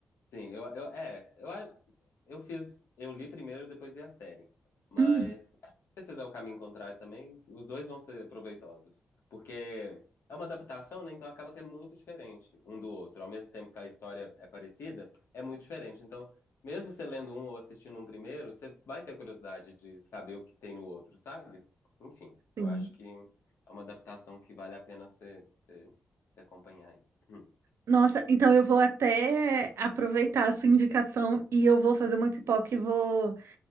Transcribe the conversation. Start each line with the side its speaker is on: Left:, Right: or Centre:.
Left: Sim, eu, eu é, eu, eu fiz, eu li primeiro, depois vi a série. Mas
Right: Hum,
Left: se você fizer o caminho contrário também, os dois vão ser proveitosos, porque é uma adaptação, né? Então acaba que é muito diferente um do outro. Ao mesmo tempo que a história é parecida, é muito diferente. Então, mesmo você lendo um ou assistindo um primeiro, você vai ter curiosidade de saber o que tem no outro, sabe? Enfim,
Right: sim.
Left: eu acho que é uma adaptação que vale a pena você, você, você acompanhar aí. Hum.
Right: Nossa, então eu vou até aproveitar a sua indicação e eu vou fazer uma pipoca e vou.